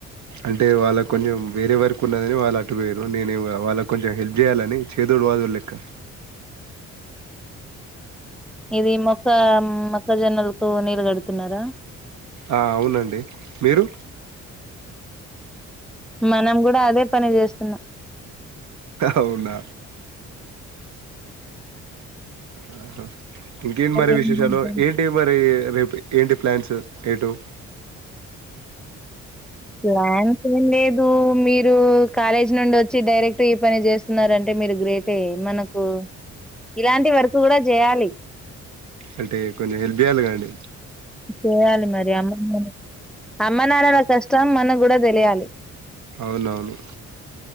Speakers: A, on the right; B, in the centre.
A: అంటే వాళ్ళకు కొంచెం వేరే వరకు ఉన్నదని వాళ్ళు అటు వేయరు నేను వాళ్ళకి కొంచెం హెల్ప్ చేయ్యాలని చేదోడు వాదోడు లెక్క
B: ఇది మొక్క మొక్క జొన్నలకు నీళ్లు గడుతున్నారా
A: ఆ అవునండి మీరు
B: మనం గుడా అదే పని చేస్తున్నాం.
A: అవునా ఆహ ఇంకేం మరి
B: ఏం
A: విశేషాలు
B: చేద్దాం
A: ఏంటి మరీ రేపు ఏంటి ప్లాన్స్ ఎటూ
B: ప్లాన్స్ ఏం లేదు. మీరు కాలేజ్ నుండి వచ్చి డైరెక్ట్ ఈ పని చేస్తున్నారంటే మీరు గ్రేటే మనకు ఇలాంటి వర్క్ కూడా చేయాలి.
A: అంటే కొంచం హెల్ప్ చేయాలెగా అండి
B: చేయాలి మరి అమ్మ, నాన్న అమ్మ నాన్నల కష్టం మనక్ కూడా తెలియాలి.
A: అవునవును.